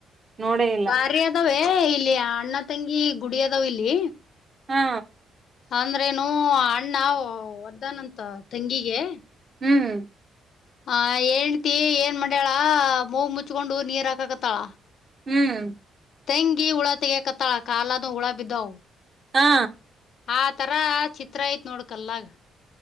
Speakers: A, on the right (about 35°); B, on the left (about 65°).
A: ನೋಡೇ ಇಲ್ಲ
B: ಬಾರಿ ಅದಾವೇ ಇಲ್ಲಿ ಅಣ್ಣ ತಂಗಿ ಗುಡಿಯದಾವ್ ಇಲ್ಲಿ
A: ಹಾ
B: ಅಂದ್ರೇನು--ಅಣ್ಣ--ಒದ್ದನಂತ ತಂಗಿಗೆ
A: ಹ್ಮ್
B: ಆ ಹೆಂಡ್ತಿ ಏನ್ ಮಾಡ್ಯಾಳ ಮೂಗ ಮುಚ್ಕೊಂಡು ನೀರ್ ಹಾಕಕತ್ತಾಳ
A: ಹ್ಮ್
B: ತೆಂಗಿ ಹುಳ ತೆಗಕತ್ತಾಳ ಕಾಲದು ಹುಳ ಬಿದ್ದವು
A: ಹಾ
B: ಆತರಾ ಚಿತ್ರ ಐತ್ ನೋಡು ಕಲ್ಲಾಗ್